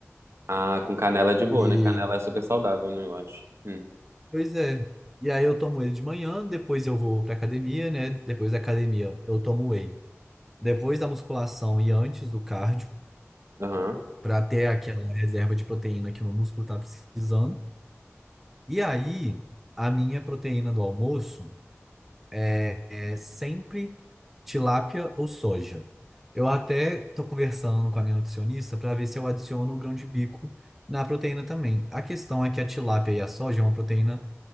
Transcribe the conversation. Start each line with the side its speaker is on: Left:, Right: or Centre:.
Right: Ah, com canela é de boa,
Centre: E,
Right: né? Canela é super saudável, né? Eu acho. Hum.
Centre: pois é. E aí eu tomo ele de manhã, depois eu vou pra academia, né? Depois da academia eu tomo whey. Depois da musculação e antes do cardio.
Right: Aham,
Centre: para ter aquela reserva de proteína que o meu músculo está precisando. E aí, a minha proteína do almoço é é sempre tilápia ou soja. Eu até estou conversando com a minha nutricionista para ver se eu adiciono o grão de bico na proteína também. A questão é que a tilápia e a soja é uma proteína